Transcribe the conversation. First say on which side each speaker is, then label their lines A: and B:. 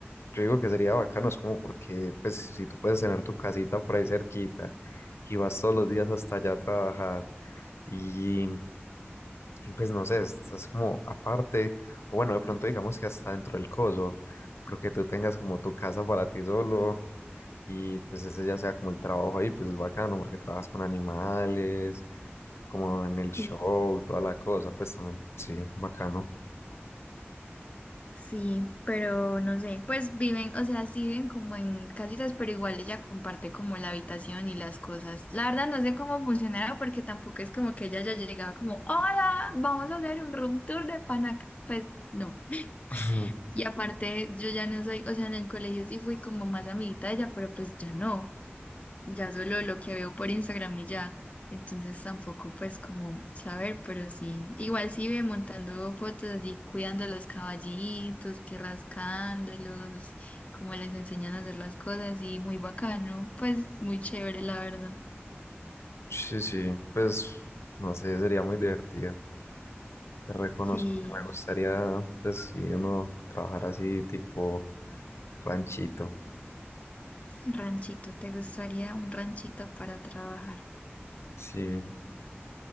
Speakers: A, on the left; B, on the left.
A: Yo digo que sería bacano, es como porque, pues, si tú puedes tener tu casita por ahí cerquita y vas todos los días hasta allá a trabajar y, y, pues, no sé, estás como aparte, o bueno, de pronto digamos que hasta dentro del coso, pero que tú tengas como tu casa para ti solo y pues ese ya sea como el trabajo ahí, pues es bacano porque trabajas con animales, como en el show,
B: Sí.
A: toda la cosa, pues también, sí, bacano.
B: Sí, pero no sé, pues viven, o sea, sí viven como en casitas, pero igual ella comparte como la habitación y las cosas. La verdad no sé cómo funcionará porque tampoco es como que ella haya llegado como, hola, vamos a hacer un room tour de Panaca. Pues no.
A: <laughs>
B: Y aparte yo ya no soy, o sea, en el colegio sí fui como más amiguita de ella, pero pues ya no ya solo lo que veo por Instagram y ya. Entonces tampoco pues como saber, pero sí, igual sí ve montando fotos así, cuidando los caballitos, que rascándolos, como les enseñan a hacer las cosas y muy bacano, pues muy chévere la verdad.
A: Sí, sí, pues no sé, sería muy divertido. Te reconozco
B: Sí,
A: que me gustaría, pues si uno trabajar así tipo ranchito.
B: ranchito, ¿te gustaría un ranchito para trabajar?
A: Sí,